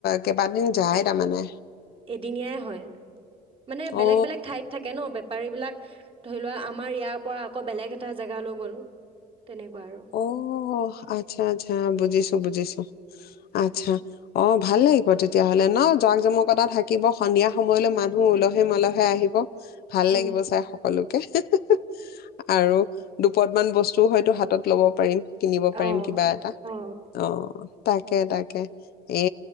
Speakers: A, on the left; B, on the right.
A: কেইবাদিন যায় তাৰমানমানে,
B: এদিনীয়াই হয়। মানে বেলেগ
A: অ
B: বেলেগ ঠাইত থাকে ন, বে পিৰী বিলাক, ধৰি লোৱা আমাৰ আকৌ বেলেগ এটা জেগালৈ গ'ল। তেনেকুৱা আৰু
A: অ' আচ্ছা আচ্ছা বুজিছো বুজিছো, উঃ আচ্ছা অ' ভাল লাগিব তেতিয়াহ'লে ন, জক জমকতা থাকিব, সন্ধিয়া সময়লৈ মানুহ উলহে মালহে আহিব। ভাল
B: উম
A: লাগিব চাই সকলো। আৰু দুপদমান বস্তু হয়তো হাতত ল'ব পাৰিম। কিনিব পাৰিম
B: অ
A: কিবা এটা,
B: অ
A: অ' তাকে তাকে এ